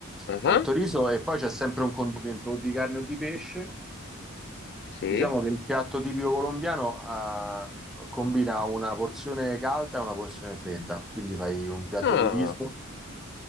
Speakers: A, on the left (about 50°); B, in the centre.
A: Ah,
B: Tanto riso e poi c'è sempre un condimento o di carne o di pesce.
A: Sì.
B: Diciamo che il piatto tipico colombiano ah, combina una porzione calda e una porzione fredda, quindi fai un piatto
A: Ah,
B: di riso.